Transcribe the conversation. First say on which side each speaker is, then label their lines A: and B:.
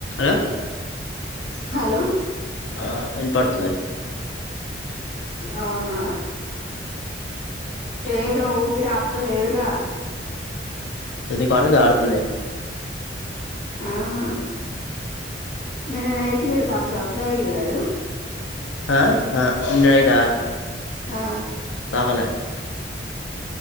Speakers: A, on the left; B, on the left.
A: ఆ
B: హలో
A: ఆ వినపడుతుంది
B: అవునా పేరు ఊపిరీ అపుత లే రా
A: అది కార్నర్ లో ఆడుతుంది
B: ఆహా నిన్న నైట్ మీరు చాల జాబ్ తాగిరు కదు
A: ఆ ఆ నిన్న నైట
B: ఆ
A: తాగలే